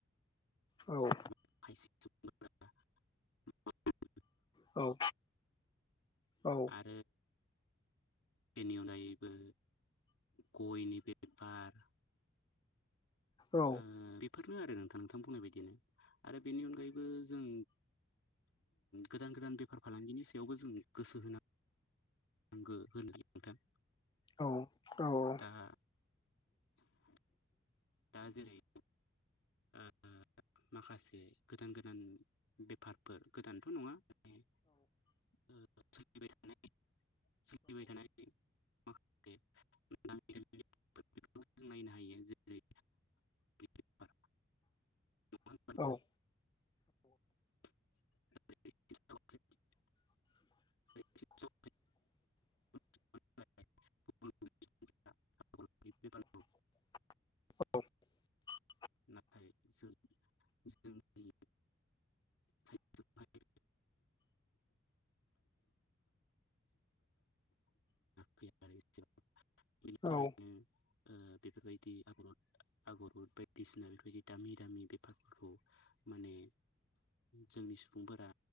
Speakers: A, on the left (about 20°); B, on the left (about 80°).
A: औ
B: <unintelligible>
A: औ औ
B: ओ बेनि अनगायैबो गयनि बेफार
A: औ
B: ओ बेफोरनो आरो नोंथां नोंथां बुंनाय बायदिनो आरो बेनि अनगायैबो जों गोदान गोदान बेफार फालांगिनि सायावबो जों गोसो होना गो होनो नोंथां
A: औ औ
B: आ <inaudible> दा जेरै ओ माखासे गोदान गोदान बेफारफोर गोदानथ नङा माने ओ सोलिबायथानाय सोलिबायथानाय <unintelligible> बेफोरखौ जों नायनो हायो जेरै बेफार नङा होनबा
A: औ
B: <unintelligible>
A: <inaudible>
B: नाथाय जों जों <unintelligible>
A: औ <unintelligible>
B: नाथाय जों जोंनि सायदजोंहाय <unintelligible> <unintelligible> <unintelligible>
A: औ
B: ओ बेफोरबायदि आगर आगरफोर बायदि <unintelligible> बिसिना बेफोरबायदि दामि दामि बेफारफोरखौ माने जोंनि सुबुंफोरा